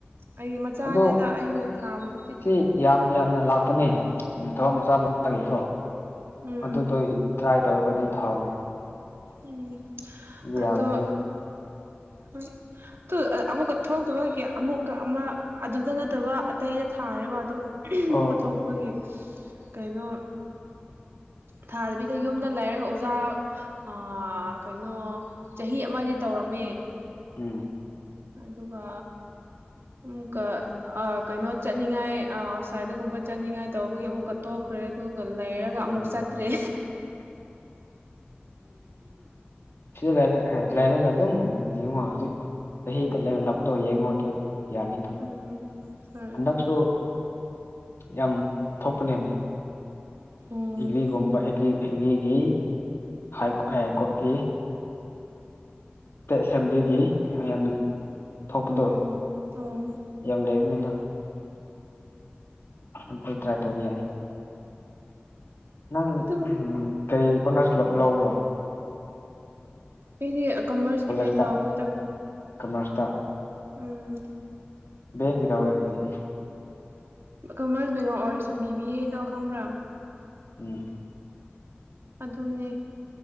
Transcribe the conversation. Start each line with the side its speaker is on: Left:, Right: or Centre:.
Right: ꯑꯩ ꯃꯆꯥꯅꯤꯗ
Left: ꯑꯗꯣ
Right: ꯑꯩꯅ ꯊꯥꯕꯗꯨꯗꯤ
Left: ꯁꯤ ꯌꯥꯝ ꯌꯥꯝꯅ ꯂꯥꯛꯄꯅꯦ ꯊꯕꯛ ꯃꯆꯥ ꯃꯆꯥꯒꯤꯀꯣ
Right: ꯎꯝ
Left: ꯑꯗꯨꯗꯣ ꯇ꯭ꯔꯥꯏ ꯇꯧꯔꯒ ꯑꯗꯨꯝ ꯊꯥꯎꯅꯦ
Right: ꯎꯝ ꯑꯗꯣ
Left: ꯌꯥꯕꯅꯤꯅꯦ
Right: ꯍꯣꯏ ꯑꯃꯨꯛꯀ ꯊꯣꯛꯇꯕ ꯑꯃꯨꯛꯀ ꯑꯃ ꯑꯗꯨꯗ ꯅꯠꯇꯕ ꯑꯇꯩꯗ ꯊꯥꯔꯦꯕ ꯑꯗꯨ ꯑꯃꯨꯛꯀꯥ
Left: ꯑꯣ
Right: ꯊꫭꯛ ꯕꯒꯤ ꯀꯩꯅꯣ ꯊꯥꯗꯕꯤꯗ ꯌꯨꯝꯗ ꯂꯩꯔꯒ ꯑꯣꯖꯥ ꯑꯥ ꯀꯩꯅꯣ ꯆꯍꯤ ꯑꯃꯗꯤ ꯇꯧꯔꯝꯃꯦ
Left: ꯎꯝ
Right: ꯑꯗꯨꯒ ꯑꯃꯨꯛꯀ ꯑꯥ ꯀꯩꯅꯣ ꯆꯠꯅꯤꯡꯉꯥꯏ ꯑꯥꯎꯠꯁꯥꯏꯗꯒꯨꯝꯕ ꯆꯠꯅꯤꯡꯉꯥꯏ ꯇꯧꯕꯒꯤ ꯑꯃꯨꯛꯀ ꯇꯣꯛꯈ꯭ꯔꯦ ꯑꯗꯨꯒ ꯂꯩꯔꯥ ꯑꯃꯨꯛ
Left: ꯎꯝ
Right: ꯆꯠꯇ꯭ꯔꯦ
Left: ꯁꯤꯗ ꯂꯩꯔ ꯂꯩꯔꯒ ꯑꯗꯨꯝ ꯌꯦꯡꯉꯣ ꯍꯧꯖꯤꯛ ꯆꯍꯤꯗ ꯌꯥꯝ ꯂꯥꯛꯄꯗꯣ ꯌꯦꯉꫭꯗ ꯌꯥꯔꯅꯤ ꯗꯨꯝ
Right: ꯎꯝ ꯍꯣꯏ
Left: ꯍꯟꯗꯛꯁꯨ ꯌꯥꯝ ꯊꯣꯛꯄ ꯅꯦꯝꯃꯦ
Right: ꯎꯝ
Left: ꯑꯦꯒ꯭ꯔꯤꯒꯨꯝꯕ ꯑꯦꯒ꯭ꯔꯤ ꯑꯦꯒ꯭ꯔꯤꯒꯤ <unintelligible> ꯀꯣꯔꯠꯀꯤ ꯑꯦꯁꯦꯝꯕ꯭ꯂꯤꯒꯤ ꯌꯥꯝ ꯊꯣꯛꯄꯗꯣ
Right: ꯎꯝ ꯎꯝ
Left: ꯌꯥꯝ ꯂꯩꯌꯨꯅꯦꯗꯪ ꯑꯗꯨ ꯇ꯭ꯔꯥꯏ ꯇꯕꯤ ꯌꯥꯏ ꯅꯪ
Right: ꯑꯗꯨꯝ
Left: ꯀꯩ ꯑꯣꯅꯔꯁ ꯂꯧꯕ꯭ꯔꯣ
Right: ꯑꯩꯗꯤ ꯀꯃꯔꯁꯀꯤ
Left: ꯀꯣꯂꯦꯖꯇ
Right: ꯕꯦꯛꯒ꯭ꯔꯥꯎꯟꯅꯤꯗ
Left: ꯀꯃꯔꯁꯇ
Right: ꯎꯝ
Left: <unintelligible>
Right: ꯀꯃꯔꯁ ꯕꯦꯛꯒ꯭ꯔꯥꯎꯟ ꯑꯣꯏꯔꯁꯨ ꯕꯤ ꯕꯤ ꯑꯦꯗꯣ ꯈꯪꯕ꯭ꯔꯥ
Left: ꯎꯝ
Right: ꯑꯗꯨꯅꯦ